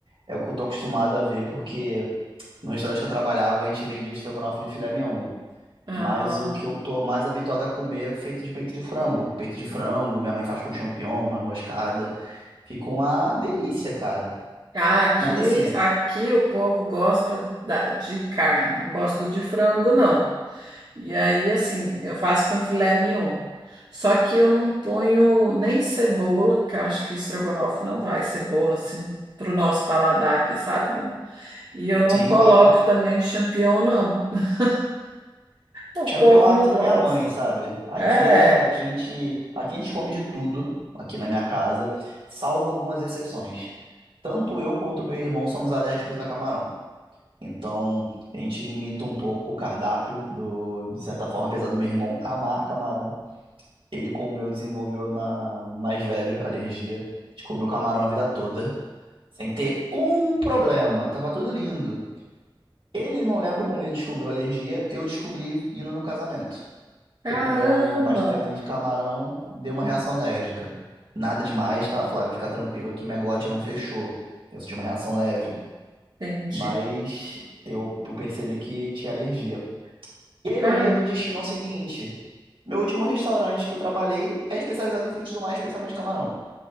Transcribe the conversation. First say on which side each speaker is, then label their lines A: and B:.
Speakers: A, on the right; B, on the right.
A: é o que eu tô acostumado a ver, porque no restaurante que eu trabalhava, a gente vendia o estrogonofe de filé mignon.
B: Ah.
A: Mas o que eu tô mais habituado a comer é feito de peito de frango. Peito de frango, minha mãe faz com champignon, noz moscada. Fica uma delícia, cara.
B: Ah, aqui,
A: Mas assim,
B: aqui o povo gosta da- de carne, não gosta do de frango, não. E aí, assim, eu faço com filé mignon. Só que eu não ponho nem cebola, que eu acho que estrogonofe não vai cebola, assim, pro nosso paladar aqui, sabe? Então, E eu não
A: sim,
B: coloco
A: claro.
B: também champignon, não. <laughs> O
A: Champion
B: povo
A: é um hábito
B: não
A: da
B: gosta.
A: minha mãe, sabe? Aqui,
B: É.
A: a, aqui, a gente, aqui a gente come de tudo, aqui na minha casa, salvo algumas exceções. Tanto eu quanto meu irmão somos alérgicos a camarão. Então, a gente limita um pouco o cardápio, do, de certa forma, apesar do meu irmão amar camarão. Ele, como eu, desenvolveu na mais velho alergia. A gente comeu camarão a vida toda, sem ter um problema. Tava tudo lindo. Ele não lembra como ele descobriu a alergia, eu descobri indo num casamento.
B: Caramba!
A: Eu comi um pastelzinho de camarão, deu uma reação alérgica. Nada demais, tá, Flávia? Fica tranquila que minha glote não fechou. Eu senti uma reação leve.
B: Entendi.
A: Mas eu, eu percebi que tinha alergia. E a ironia
B: Cara,
A: do destino é o seguinte: meu último restaurante que eu trabalhei é especializado em frutos do mar, especialmente camarão.